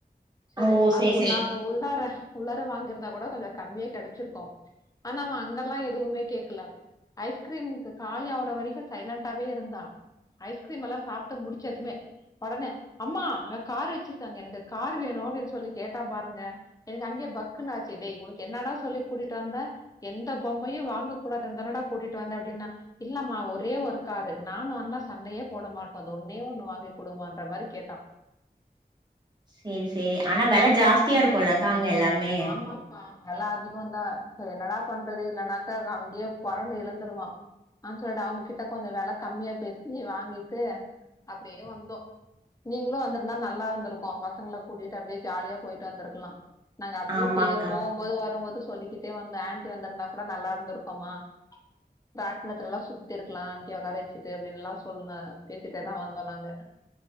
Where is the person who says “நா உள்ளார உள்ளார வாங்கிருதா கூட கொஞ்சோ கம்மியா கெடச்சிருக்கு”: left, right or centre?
Left